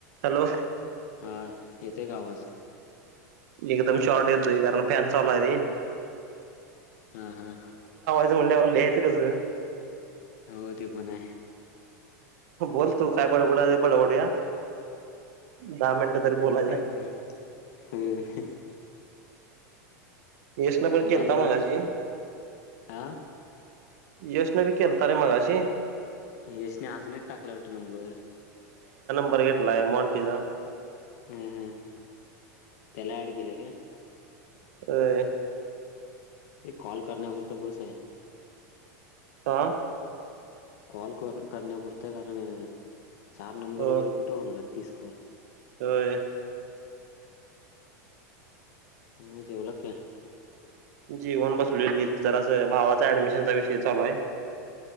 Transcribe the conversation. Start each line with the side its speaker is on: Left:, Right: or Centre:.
Right: Hello
Left: हा येते का आवाज
Right: एकदम शॉर्ट येतोय कारण फॅन चालाूय र
Left: हम हम
Right: ं्यावर यायचं कसं
Left: हो ते बण
Right: बोल तू काय बडबड बडबडूया दहा मिनिटं तरी बोलायचं
Left: काय बरो हम्म
Right: यशनं पण केलता
Left: मॅच बघितलीच
Right: मगाशी
Left: काय हा
Right: यश्न बी खलत रे मगाशीी
Left: यशने अजून एक टाकला होता नंबर
Right: र घेतलाय मॉंटीचा
Left: ह हा त्याला अड केले काे
Right: ह
Left: ते कॉल करण्यावर तर बस आहे
Right: आा
Left: कॉल कर करण्याप पुरते कारण चार नंबर
Right: हो
Left: एवढे कुठे होणार आहेत? तीस कॉल
Right: होय.
Left: म जेवलात काय?
Right: जेऊन बसलोय मी जरास भावाच ऍडमिशनचा विषय चालू आहे.